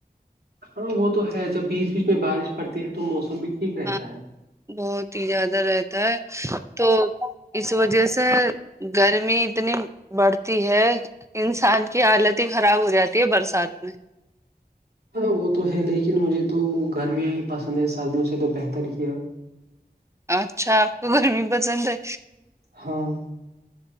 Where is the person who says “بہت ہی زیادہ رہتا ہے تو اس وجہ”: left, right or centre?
Right